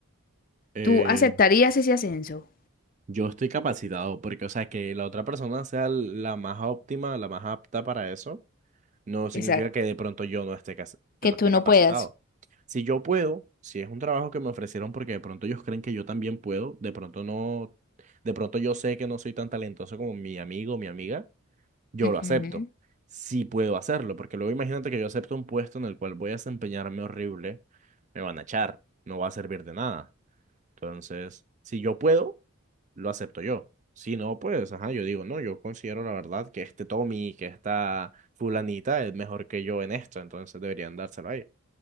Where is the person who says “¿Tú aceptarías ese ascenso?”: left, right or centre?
Left